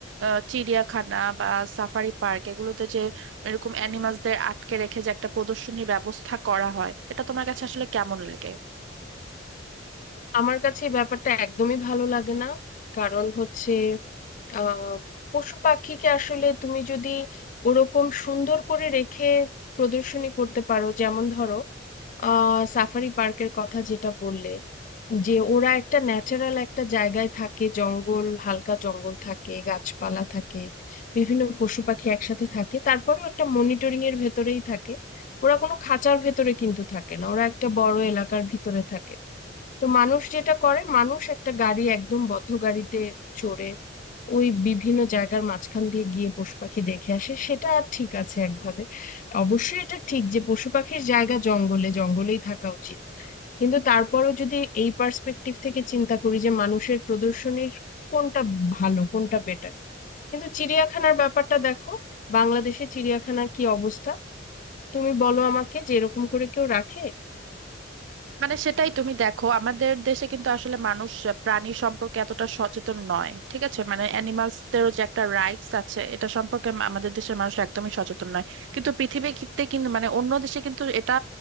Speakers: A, on the right; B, on the left.
A: আহ, চিড়িয়াখানা বা সাফারি পার্ক এগুলোতে যে এরকম অ্যানিমালসদের আটকে রেখে যে একটা প্রদর্শনীর ব্যবস্থা করা হয় এটা তোমার কাছে আসলে কেমন লাগে
B: আমার কাছে এই ব্যাপারটা একদমই ভালো লাগে না কারণ হচ্ছে আহ পশু পাখিকে আসলে তুমি যদি ওরকম সুন্দর করে রেখে প্রদর্শনী করতে পারো যেমন ধরো আহ সাফারি পার্কের কথা যেটা বললে যে ওরা একটা ন্যাচারাল একটা জায়গায় থাকে জঙ্গল হালকা জঙ্গল থাকে গাছপালা থাকে বিভিন্ন পশু পাখি একসাথে থাকে তারপরেও একটা মনিটরিং এর ভেতরেই থাকে ওরা কোনো খাঁচার ভেতরে কিন্তু থাকে না ওরা একটা বড় এলাকার ভিতরে থাকে তো মানুষ যেটা করে মানুষ একটা গাড়ি একদম বদ্ধ গাড়িতে চড়ে ওই বিভিন্ন জায়গার মাঝখান দিয়ে গিয়ে পশু পাখি দেখে আসে সেটা ঠিক আছে একভাবে অবশ্যই এটা ঠিক যে পশু পাখির জায়গা জঙ্গলে জঙ্গলেই থাকা উচিত কিন্তু তারপরেও যদি এই পার্সপেক্টিভ থেকে চিন্তা করি যে মানুষের প্রদর্শনীর কোনটা ভালো কোনটা বেটার কিন্তু চিড়িয়াখানার ব্যাপারটা দেখো বাংলাদেশে চিড়িয়াখানার কি অবস্থা তুমি বলো আমাকে যে এরকম করে কেউ রাখে
A: মানে সেটাই তুমি দেখো আমাদের দেশে কিন্তু আসলে মানুষ প্রাণী সম্পর্কে এতটা সচেতন নয় ঠিক আছে মানে অ্যানিমালসদেরও যে একটা রাইটস আছে এটা সম্পর্কে আম- আমাদের দেশের মানুষ একদমই সচেতন নয় কিন্তু পৃথিবী ক্ষেত্রে কিন্তু মানে অন্য দেশে কিন্তু এটা